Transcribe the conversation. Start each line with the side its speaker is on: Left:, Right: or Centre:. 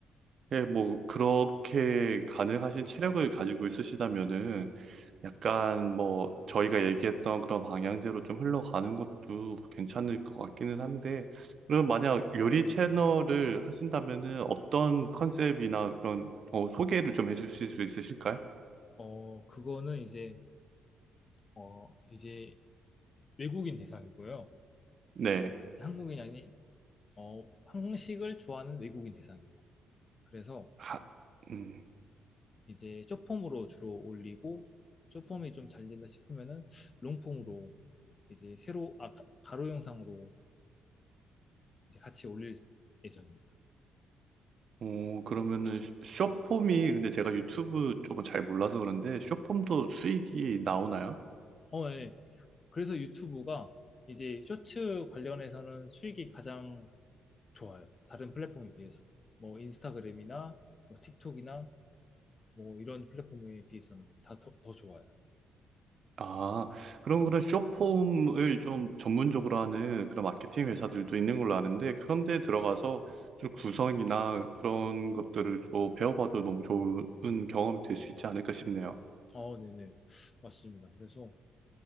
Right: 예, 뭐, 그렇게 가능하신 체력을 가지고 있으시다면은, 약간 뭐, 저희가 얘기했던 그런 방향대로 좀 흘러가는 것도 괜찮을 것 같기는 한데, 그럼 만약 요리 채널을 하신다면은, 어떤 컨셉이나 그런, 어, 소개를 좀 해주실 수 있으실까요?
Left: 어, 그거는 이제, 어, 이제 외국인 대상이고요.
Right: 네.
Left: 이제 한국인이 아닌, 어, 한국식을 좋아하는 외국인 대상이에요. 그래서
Right: 하, 음.
Left: 이제 숏폼으로 주로 올리고, 숏폼이 좀 잘 된다 싶으면은, 롱폼으로 이제 새로, 아, 가- 가로 영상으로 이제 같이 올릴 예정입니다.
Right: 어, 그러면은, 쇼- 쇼폼이, 근데 제가 유튜브 쪽은 잘 몰라서 그런데, 쇼폼도 수익이 나오나요?
Left: 어, 예. 그래서 유튜브가 이제 쇼츠 관련해서는 수익이 가장 좋아요. 다른 플랫폼에 비해서. 뭐 인스타그램이나 뭐 틱톡이나 뭐 이런 플랫폼에 비해서는 다 더, 더 좋아요.
Right: 아, 그럼 그런 숏폼을 좀 전문적으로 하는 그런 마케팅 회사들도 있는 걸로 아는데, 그런데 들어가서 좀 구성이나 그런 것들을 좀 배워봐도 너무 좋은 경험이 될 수 있지 않을까 싶네요.
Left: 어, 네네. 맞습니다. 그래서